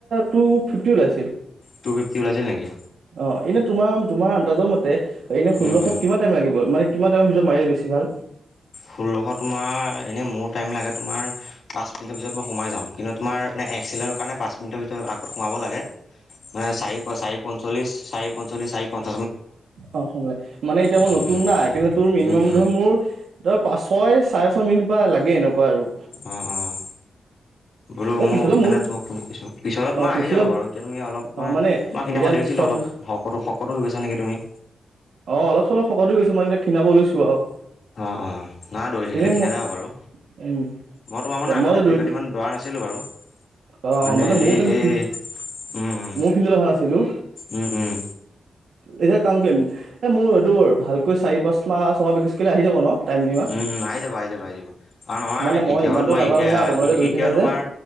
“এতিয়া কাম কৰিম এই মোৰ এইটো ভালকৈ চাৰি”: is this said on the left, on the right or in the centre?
Right